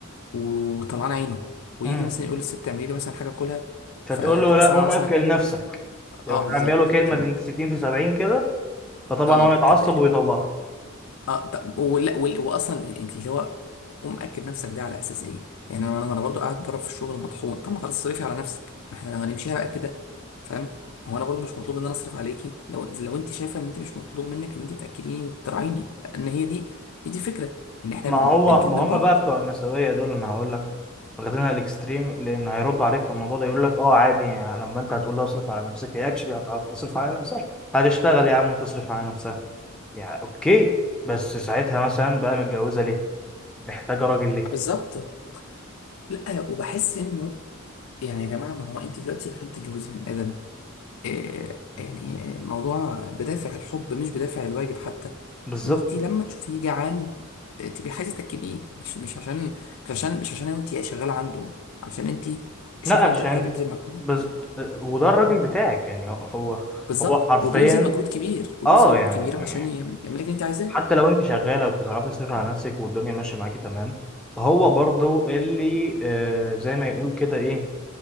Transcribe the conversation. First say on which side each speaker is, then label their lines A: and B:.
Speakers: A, on the left; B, in the centre.
A: وطلعان عينه ويجي
B: امم
A: مثلا يقول للست اعملي لي مثلا حاجة كلها
B: مش
A: فتبقى
B: هتقول له لا
A: سامعة
B: قوم
A: مثلا
B: اكل نفسك
A: آه
B: يروح
A: بالظبط
B: رامي له كلمه
A: طب
B: بنت 60 في 70 كده فطبعا
A: آه
B: هو يتعصب
A: طب
B: ويطلعها
A: اه طب ولا ولا- واصلا انت اللي هو ومأكد نفسك ده على اساس ايه؟ يعني انا انا أنا برضو قاعد بره في الشغل مطحون طب ما خلاص صرفي على نفسك ما احنا لو هنمشيها بقى كده فاهم؟ ما هو انا برضو مش مطلوب ان انا اصرف عليكي لو لو انت شايفه ان انت مش مطلوب منك ان انت تاكليني وتراعيني لان هي دي هي دي الفكره ان احنا
B: ما
A: بن...
B: هو
A: بنكمل
B: ما هم
A: بعض
B: بقى بتوع النسويه دول انا هقول لك واخدينها الاكستريم لان هيرد عليك في الموضوع ده يقول لك اه عادي يعني لما انت هتقول لها اصرف على نفسك هي اكشلي هتعرف تصرف على نفسها هتشتغل يا عم وتصرف على نفسها يعني اوكي بس ساعتها مثلا بقى متجوزه ليه محتاجه راجل ليه
A: بالظبط لا وبحس انه يعني يا جماعه ما هو انت دلوقتي عشان تتجوزي من ادم آه، يعني موضوع بدافع الحب مش بدافع الواجب حتى
B: بالظبط
A: انت لما تشوفيه جعان آه، تبقي عايزه تاكليه مش مش عشان مش عشان مش عشان انت شغاله عنده عشان انت
B: لا
A: شايفه
B: عشان
A: ان الراجل ده بيبذل مجهود
B: بز... وده الراجل
A: مم.
B: بتاعك يعني هو هو
A: بالظبط
B: هو حرفيا
A: وبيبذل مجهود كبير وبيبذل
B: اه
A: مجهود
B: يعني
A: كبير عشان يعمل لك اللي انت عايزاه
B: حتى لو انت شغاله وبتصرفي تصرف على نفسك والدنيا ماشيه معاكي تمام هو برضو اللي آه زي ما يقول كده ايه